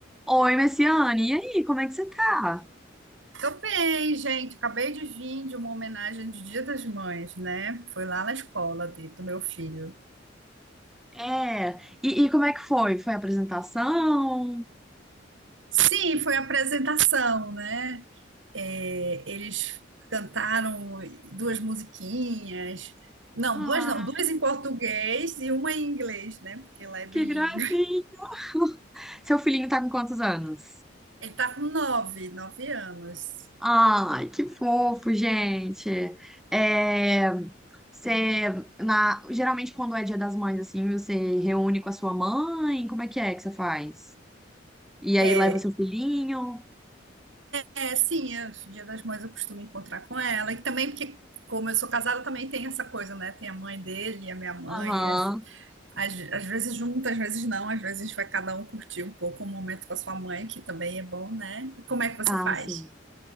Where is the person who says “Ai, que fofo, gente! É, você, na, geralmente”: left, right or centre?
Centre